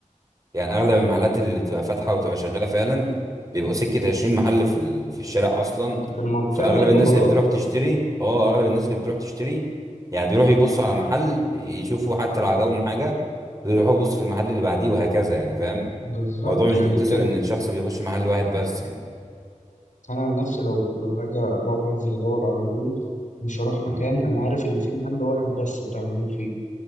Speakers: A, on the right; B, on the left.
A: يعني اغلب المحلات اللي تبقى فاتحه وتبقى شغاله فعلا بيبقوا سكه 20 محل في ال- في الشارع اصلا
B: في المنطقة
A: فاغلب
B: ايوه
A: الناس
B: خلاص
A: اللي بتروح تشتري اه اغلب الناس اللي بتروح تشتري يعني بيروحوا يبصوا على محل يشوفوا حتى لو عجبهم حاجه بيروحوا يبصوا في المحل اللي بعديه وهكذا يعني فاهم
B: بالظبط
A: الموضوع مش
B: يعني
A: بيقتصر
B: انت
A: ان الشخص بيخش محل واحد بس يعني
B: انا عن نفسي لو لو حاجه اروح انزل ادور على هدوم مش هروح مكان
A: مم.
B: انا عارف اللي فيه محل واحد بس بتاع هدوم فيه